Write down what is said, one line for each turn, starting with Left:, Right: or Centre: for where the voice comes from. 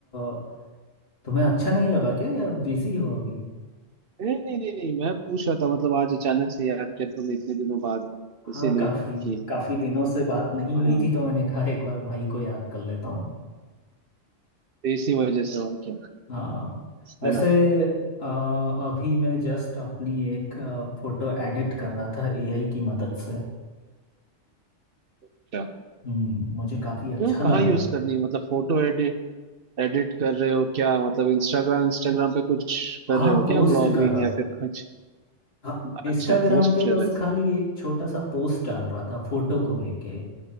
Left: अ, तुम्हें अच्छा नहीं लगा क्या या बिजी हो अभी
Right: नहीं नहीं नहीं नहीं मैं पूछ रहा था मतलब आज अचानक से याद किया तुमने इतने दिनों बाद इसीलिए
Left: हाँ काफ़ी
Right: कि
Left: काफ़ी दिनों से बात नहीं
Right: हाँ
Left: हुई थी तो मैंने कहा एक बार भाई को याद कर लेता हूँ
Right: तो इसी वजह से और क्या
Left: हाँ वैसे
Right: है ना
Left: अ, अभी मैं जस्ट अपनी एक फ़ोटो एडिट कर रहा था एआई की मदद से
Right: अच्छा
Left: हम्म मुझे काफ़ी अच्छा
Right: क्यों
Left: लगा
Right: कहाँ यूज
Left: ये।
Right: करनी है मतलब फोटो एडिट एडिट कर रहे हो क्या मतलब इंस्टाग्राम इंस्टाग्राम पे कुछ कर
Left: हाँ
Right: रहे हो
Left: पोस्ट
Right: क्या ब्लॉगिंग
Left: कर रहा
Right: या
Left: था
Right: फिर कुछ
Left: हाँ इंस्टाग्राम
Right: अच्छा पोस्ट
Left: पे
Right: कर
Left: बस
Right: रहे
Left: खाली
Right: थे
Left: एक छोटा सा पोस्ट डाल रहा था फोटो को लेके